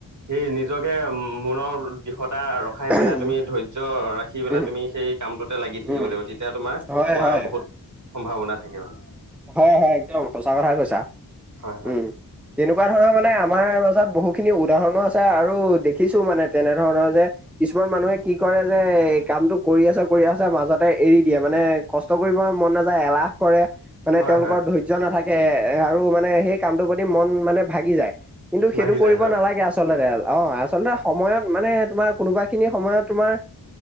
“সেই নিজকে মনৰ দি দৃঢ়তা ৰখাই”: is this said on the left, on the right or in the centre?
Right